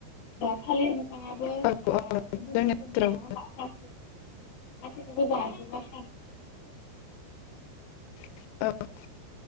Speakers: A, on the left; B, on the left.
A: दा थालिर बिफाङाबो
B: औ औ
A: गुबुन
B: जोंनि
A: गुबुन
B: ओनसोलाव
A: दं नङा होनबा गासिबोखौबो जाजोबा
B: औ